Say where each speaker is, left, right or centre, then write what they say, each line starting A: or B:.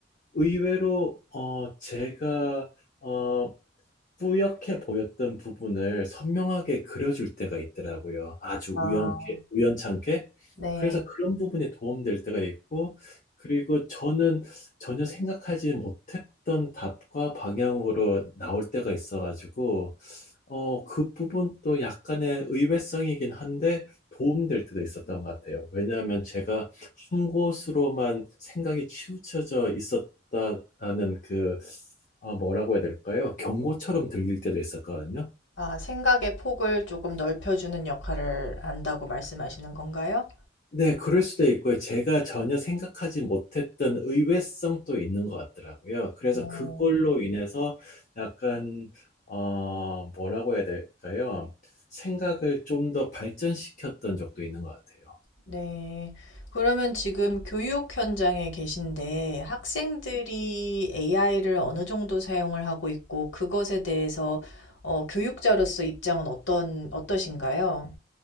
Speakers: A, on the left; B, on the left.
A: 의외로 어, 제가 어, 뿌옇게 보였던 부분을 선명하게 그려줄 때가 있더라고요. 아주
B: 아,
A: 우연케, 우연찮게.
B: 네.
A: 그래서 그런 부분이 도움될 때가 있고, 그리고 저는 전혀 생각하지 못했던 답과 방향으로 나올 때가 있어가지고, 어, 그 부분도 약간의 의외성이긴 한데 도움될 때도 있었던 것 같아요. 왜냐하면 제가 한 곳으로만 생각이 치우쳐져 있었다라는 그, 아, 뭐라고 해야 될까요? 경고처럼 들릴 때도 있었거든요.
B: 아 생각의 폭을 조금 넓혀주는 역할을 한다고 말씀하시는 건가요?
A: 네, 그럴 수도 있고요. 제가 전혀 생각하지 못했던 의외성도 있는 것 같더라고요. 그래서
B: 어.
A: 그걸로 인해서 약간, 어, 뭐라고 해야 될까요? 생각을 좀 더 발전시켰던 적도 있는 것 같아요.
B: 네. 그러면 지금 교육 현장에 계신데 학생들이 AI를 어느 정도 사용을 하고 있고 그것에 대해서 어, 교육자로서 입장은 어떤 어떠신가요?